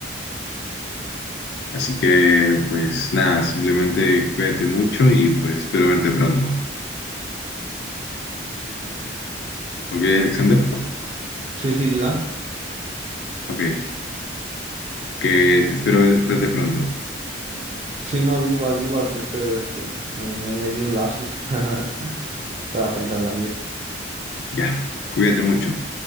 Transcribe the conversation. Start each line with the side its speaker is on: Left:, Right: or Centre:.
Left: Así que, pues nada, simplemente cuídate mucho y pues espero verte pronto. ¿Ok, Alexander?
Right: Sí, sí, digan.
Left: Ok, que te espero ver- verte pronto.
Right: Sí, no, yo igual, yo igual te espero este. Me, me di un lapsus. <laughs> Estaba pensando en la miel.
Left: Ya, cuídate mucho.